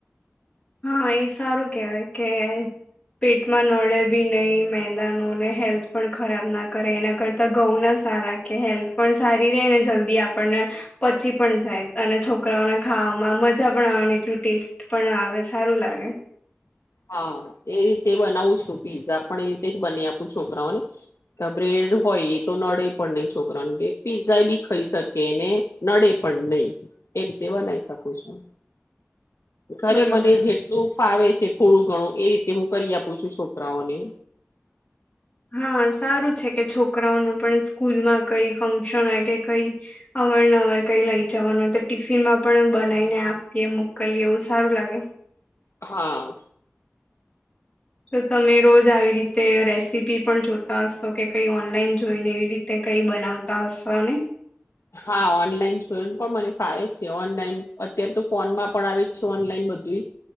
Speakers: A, on the left; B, on the left.
A: હા એ સારું કેવાય કે પેટમાં નડે બી નહીં મેદાનો ને હેલ્થ પણ ખરાબના કરે એના કરતા ઘઉંના સારા કે હેલ્થ પણ સારી રહેને જલ્દી આપણને પચી પણ જાય અને છોકરાઓને ખાવામાં મજા પણ આવેવાની એટલું ટેસ્ટ પણ આવે. સારું લાગે
B: હા એ જે બનાવું છું પીઝા પણ એ રીતે જ બનાવી આપું. છોકરાઓને બ્રેડ હોય એ તો નડે પણ નહી છોકરાને પીઝા બી ખાઈ શકેને. નડે પણ નહી એ રીતે બનાવી શકું છું.
A: <inaudible>
B: ઘરે
A: બરોબર
B: મને જેટલું ફાવે છે થોડું ઘણું એ રીતે હું કરી આપું છું, છોકરાઓને
A: હા સારું છે. કે છોકરાઓને પણ સ્કૂલમાં કઈ ફંક્શન હોય કે કઈ અવાર નવાર કઈ લઈ જવાનું હોય તો ટિફિનમાં પણ બનાવીને આપીએ મોકલીએ એવું સારું લાગે.
B: હા
A: જો તમે રોજ આવી રીતે રેસીપી પણ જોતા હશો કે કઈ ઓનલાઈન જોઈને. એવી રીતે તે કઈ બનાવતા હશો ને?
B: હા ઓનલાઈન જોઈ ને પણ મને ફાવે છે. ઓનલાઈન અત્યારે તો ફોનમાં પણ આવે છે ઓનલાઈન બધુંય.